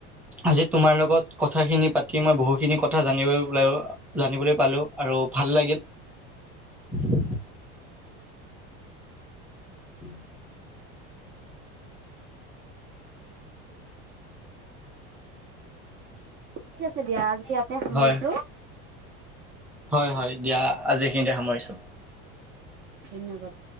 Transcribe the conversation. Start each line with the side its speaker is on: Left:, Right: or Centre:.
Centre: আজি তোমাৰ লগত কথাখিন পাতি মই বহু। সেইখিনি কথা জানিব জানিবলৈ পালো আৰু ভাল লাগিল। উম <unintelligible> উম।
Right: ঠিক আছে দিয়া আজি। ইয়াতে সামৰিছো
Centre: হয় হয় হয় দিয়া আজিখিনিতে সামৰিছো
Right: ধন্যবাদ